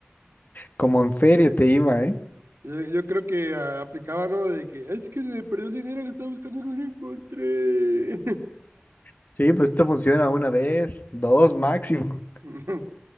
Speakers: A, on the left; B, on the right.
A: como en feria te iba, ¿eh?
B: yo, yo creo que ah, aplicaba, ¿no? De que, es que se me perdió el dinero, lo estaba buscando y no lo encontré.
A: Sí, pues esto funciona una vez, dos máximo.
B: <laughs>